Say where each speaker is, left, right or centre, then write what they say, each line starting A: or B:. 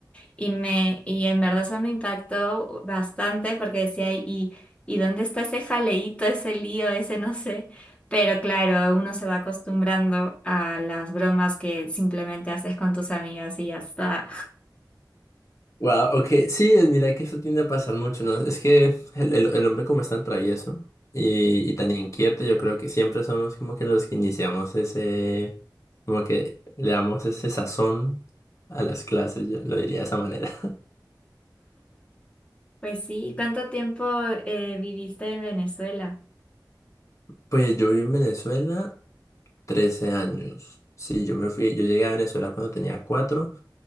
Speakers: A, on the left; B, on the left.
A: y me, y en verdad eso me impactó bastante porque decía, ¿y, y dónde está ese jaleíto, ese lío, ese no sé? Pero claro, uno se va acostumbrando a las bromas que simplemente haces con tus amigas y ya está.
B: Wow, ok. Sí, es- mira que eso tiende a pasar mucho, ¿no? Es que el, el- el hombre como es tan travieso y, y tan inquieto, yo creo que siempre somos como que los que iniciamos ese, como que le damos ese sazón a las clases, yo lo diría de esa manera. <laughs>
A: Pues sí, ¿cuánto tiempo eh, viviste en Venezuela?
B: Pues yo viví en Venezuela 13 años. Sí, yo me fui, yo llegué a Venezuela cuando tenía 4